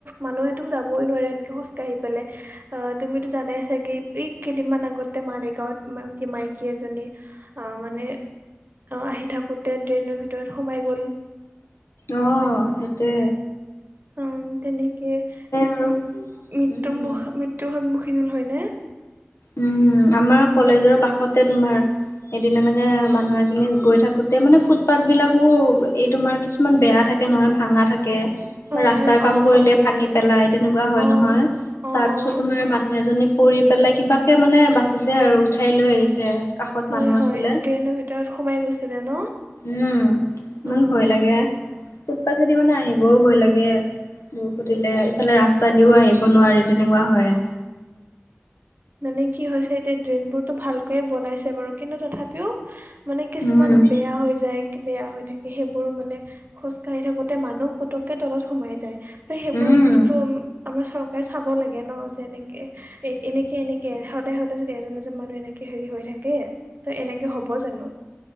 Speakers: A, on the right (about 50°); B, on the left (about 80°).
A: মানুহেতো যাবই নোৱাৰে এনেকে খোজ কাঢ়ি পেলাই, অ' তুমিতো জানাই চা চাগেই, এই কেইদিনমান আগতে মালিগাঁৱত মাইকী এজনী আ, মানে অ' আহি থাকোতে ড্ৰেইনৰ ভিতৰত সোমাই গ'ল।
B: অ' সেইটোয়ে।
A: উম, তেনেকে
B: আৰু
A: মৃত্যু
B: উম।
A: মুখ মৃত্যুৰ সন্মুখীন হ'ল হয়নে?
B: উম, আমাৰ কলেজৰ কাষতে তোমাৰ এদিন এনেকে মানুহ এজনী গৈ থাকোতে মানে ফুটপাথবিলাকো এই তোমাৰ কিছু কিছুমান বেয়া থাকে নহয়, ভাঙা থাকে।
A: হয়
B: বা ৰাস্তাৰ
A: হয়
B: কাম
A: অঁ
B: কৰিলে ভাঙি পেলাই তেনেকুৱা হয়
A: অঁ
B: নহয়।
A: অঁ
B: তাৰপিছত
A: অঁ
B: তোমাৰ মানুহ এজনী পৰি পেলাই কিবাকে মানে বাচিছে আৰু, উঠাই লৈ আহিছে। কাষত
A: হয়
B: মানুহ
A: হয়,
B: আছিলে।
A: ড্ৰেইনৰ ভিতৰত সোমাই গৈছিলে ন'?
B: উম, ইমান
A: অঁ
B: ভয় লাগে, ফুটপাটেদি মানে আহিবও ভয় লাগে। দূৰ খুটিলে, ইফালে ৰাস্তা দিও আহিব নোৱাৰি যেনেকুৱা হয়।
A: মানে কি হৈছে এতিয়া ড্ৰেইনবোৰটো ভালকৈয়ে বনাইছে বাৰু কিন্তু তথাপিও মানে কিছুমান
B: উম,
A: বেয়া হৈ যায়। বেয়া হৈ থাকে, সেইবোৰ মানে খোজকাঢ়ি থাকোঁতে মানুহ পটককৈ তলত সোমাই যায়। ত' সেইবোৰ
B: উম।
A: বস্তু আমাৰ চৰকাৰে চাব লাগে ন' যে এনেকে এ, এনেকে সেই এনেকে সদায় সদায় যদি এজন এজন মানুহ এনেকে হেৰি হৈ থাকে ত' এনেকে হ'ব
B: তাকে।
A: জানো।